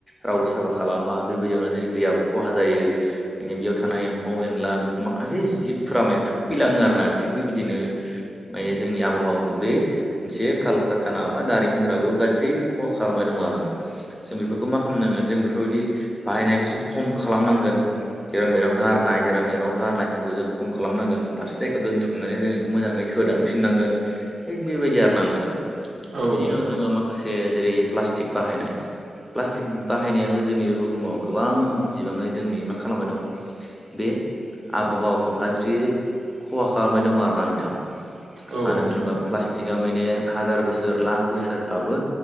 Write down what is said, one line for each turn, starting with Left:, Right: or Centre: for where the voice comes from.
Centre: रावबो साफा खालामा बेबायदियावनो जोंनि दैयाबो खहा जायो। माने बेयाव थानाय एम्फौ एनला बिदिनो माखासे जिबफोरा माने थखैलाङो आरो ना थिग बेबायदिनो ओमफायो जोंनि आबहावाखौ बे मोनसे कालकाखाना बा दारिमिनफोराबो गाज्रि खहा खालामनाय दं आरो ना। जों बेफोरखौ मा खामनांगोन जों बेफोरबायदि बाहायनायखौ एसे खम खालामनांगोन। जेरामेराव गारनाय गेरामेराव गारनायफोरखौ जों खम खालामनांगोन दाबसे जायायाव दोनथुम माने जों बेखौ मोजाङै सोदांफिननांगोन थिग बेबायदि आरोना नोंथां। बिनि
Right: नोंथां
Centre: उनाव जोङो माखासे जेरै प्लास्टिक बाहायनाय प्लास्टिक बाहायनायाबो जोंनि बे बुहुमाव गोबां बिबाङै जोंनि मा खालामबाय दं- बे आबहावाखौ गाज्रि खहा खालामबाय दङ आरोना नोंथां।
Right: औ
Centre: मानो
Right: नोंथां
Centre: होनोबा प्लास्टिक‌ थिगा माने हाजार बोसोर लाख बोसोरबाबो